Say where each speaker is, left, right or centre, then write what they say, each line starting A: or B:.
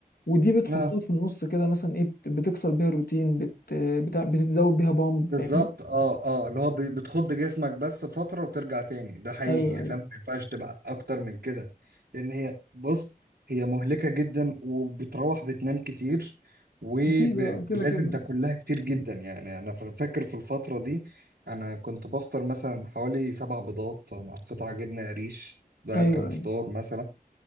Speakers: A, on the left; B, on the right.
A: ودي بتحطها
B: ها
A: في النص كده مثلا إيه بت- بتكسر بيها الروتين بت بتاع- بتتزود بيها بامب
B: بالظبط
A: فاهمني؟
B: اه اه اللي هو ب- بتخض جسمك بس فترة وترجع تاني ده حقيقي
A: أيوه أيوه
B: فاهم ما ينفعش تبقى اكتر من كده لان هي بص هي مهلكة جدا وبتروح بتنام كتير ولازم
A: أكيد آه، كده كده
B: تاكل لها كتير جدا يعني انا فا- فاكر في الفترة دي انا كنت بفطر مثلا حوالي سبع بيضات مع قطع جبنة قريش ده
A: أيوه
B: كان
A: أيوه
B: فطار مثلا